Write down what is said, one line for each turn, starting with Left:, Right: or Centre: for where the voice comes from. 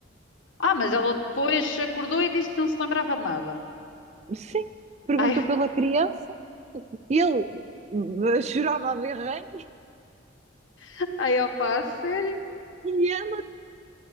Left: Ah, mas ela depois acordou e disse que não se lembrava de nada.
Right: Sim, perguntou
Left: Ai,
Right: pela criança, ele hum, chorava a berranho,
Left: <laughs> ai, opá, a sério?
Right: e ela